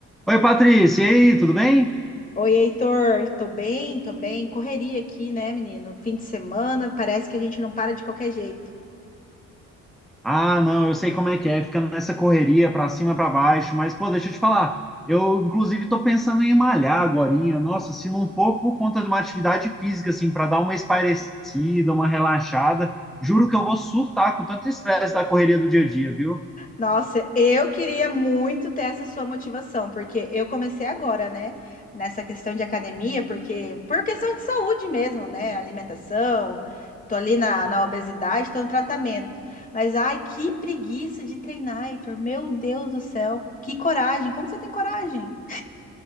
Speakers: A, in the centre; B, on the left.
A: Oi, Patrícia, e aí, tudo bem?
B: Oi, Heitor, tô bem, tô bem. Correria aqui, né, menino? Fim de semana, parece que a gente não para de qualquer jeito.
A: Ah, não, eu sei como é que é, fica nessa correria pra cima, pra baixo, mas pô, deixa eu te falar. Eu inclusive tô pensando em malhar agorinha. Nossa, se não for por conta de uma atividade física assim, pra dar uma espairecida, uma relaxada, juro que eu vou surtar com tanto estresse da correria do dia a dia, viu?
B: Nossa, eu queria muito ter essa sua motivação, porque eu comecei agora, né, nessa questão de academia, porque por questão de saúde mesmo, né, alimentação, tô ali na, na obesidade, tô no tratamento. Mas ai, que preguiça de treinar, Heitor, meu Deus do céu, que coragem, como você tem coragem?